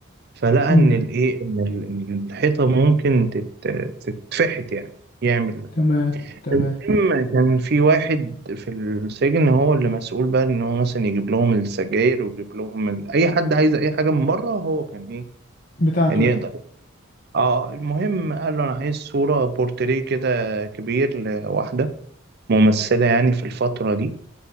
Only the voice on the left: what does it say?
امم
تمام تمام
بتاعته
يعني